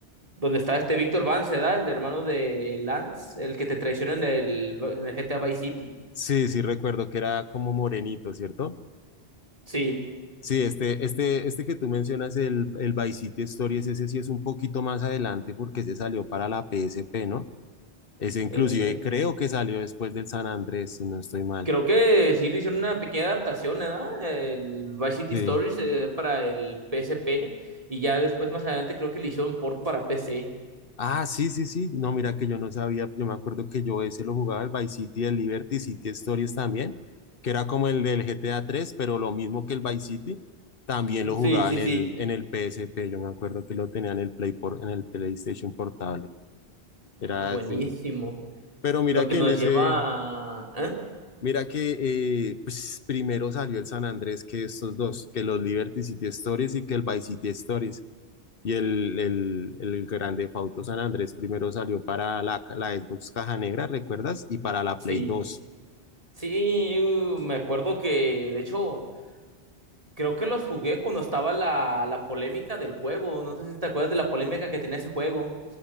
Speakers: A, on the right; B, on the left.
A: donde está este Víctor Vance, ¿verdad? El hermano de Lance, el que te traiciona en el, en el GTA Vice City.
B: sí, sí recuerdo que era como morenito, ¿cierto?
A: Sí.
B: Sí, este, este, este que tú mencionas, el, el Vice City Stories, ese sí es un poquito más adelante porque se salió para la PSP, ¿no? Ese inclusive
A: Eh,
B: creo
A: eh,
B: que salió después del San Andrés, si no estoy mal.
A: creo que sí le hicieron una pequeña adaptación, ¿verdad? El Vice City
B: Sí.
A: Stories eh, para el PSP y ya después más adelante creo que le hicieron un port para PC.
B: Ah, sí, sí, sí. No, mira que yo no sabía. Yo me acuerdo que yo ese lo jugaba el Vice City, el Liberty City Stories también, que era como el del GTA 3 pero lo mismo que el Vice City, también lo
A: Sí,
B: jugaba
A: sí,
B: en el,
A: sí.
B: en el PSP. Yo me acuerdo que lo tenía en el Play por, en el PlayStation Portable. Era
A: Ah, buenísimo.
B: así. Pero mira
A: Lo que
B: que
A: nos
B: en ese,
A: lleva a... ¿eh?
B: mira que eh, pues primero salió el San Andrés que estos dos, que los Liberty City Stories y que el Vice City Stories. Y el, el, el Grande Fauto San Andrés primero salió para la, la Xbox Caja Negra, ¿recuerdas? Y para la
A: Sí,
B: Play dos
A: sí, uh, me acuerdo que, de hecho, creo que los jugué cuando estaba la, la polémica del juego. No sé si te acuerdas de la polémica que tenía ese juego.